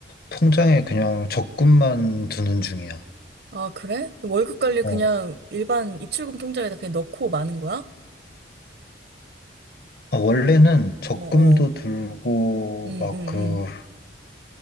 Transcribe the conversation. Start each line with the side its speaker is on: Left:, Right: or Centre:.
Left: 통장에 그냥 적금만 두는 중이야.
Right: 아, 그래? 월급 관리
Left: 어.
Right: 그냥 일반 입출금 통장에다 그냥 넣고 마는 거야?
Left: 아, 원래는 적금도
Right: 어, 어.
Left: 들고
Right: 음,
Left: 막
Right: 음, 음.
Left: 그,